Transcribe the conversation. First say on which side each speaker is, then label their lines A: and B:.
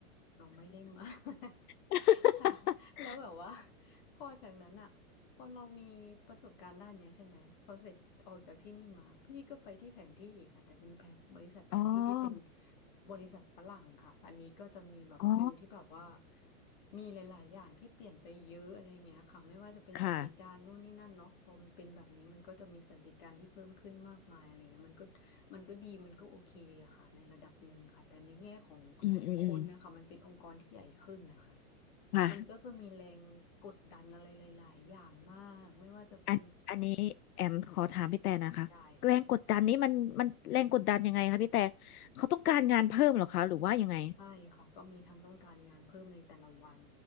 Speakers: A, on the left; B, on the left.
A: เราไม่ได้มา <laughs>
B: <laughs>
A: ค่ะแล้วแบบว่าพอจากนั้นอะพอเรามีประสบการณ์ด้านเนี้ยใช่ไหมพอเสร็จออกจากที่นี่มาพี่ก็ไปที่แผนที่อีกค่ะแต่เป็นแผนบริษัทแผนที่ที่เป็น
B: อ๋อ
A: บริษัทฝรั่งค่ะอันนี้ก็จะมีแบบฟิลที่แบบว่า
B: อ๋อ
A: มีหลายๆ อย่างที่เปลี่ยนไปเยอะอะไรเงี้ยค่ะไม่ว่าจะเป็นสวัสดิการนู่นนี่นั่นเนาะพอมันเป็นแบบนี้มันก็จะมีสวัสดิการที่เพิ่มขึ้นมากมายอะไรเงี้ยมันก็
B: ค่ะ
A: มันก็ดีมันก็โอเคอะค่ะในระดับหนึ่งค่ะแต่ในแง่ของ
B: อืมอืมอืม
A: คนนะคะมันเป็นองค์กรที่ใหญ่ขึ้นนะคะ
B: ค่ะ
A: มันก็จะมีแรงกดดันอะไรหลายๆอย่างมากไม่ว่าจะเป็น
B: อันอันนี้แอมขอถามพี่แต่นะคะแรงกดดันนี้มันมันแรงกดดันยังไงคะพี่แต่
A: ได้ค่ะ
B: เขาต้องการงานเพิ่มเหรอคะหรือว่ายังไง
A: ใช่ค่ะก็มีทั้งต้องการงานเพิ่มในแต่ละวัน